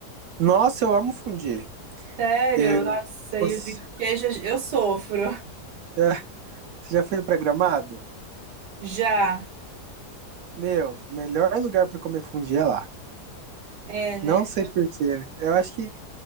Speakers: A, on the right; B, on the right.
A: Nossa, eu amo fundir.
B: Sério?
A: Eu,
B: Nossa,
A: você,
B: e o de queijo eu sofro.
A: é, você já foi pra Gramado?
B: Já.
A: Meu, o melhor lugar pra comer fundir é lá.
B: É, né?
A: Não sei por quê, né? Eu acho que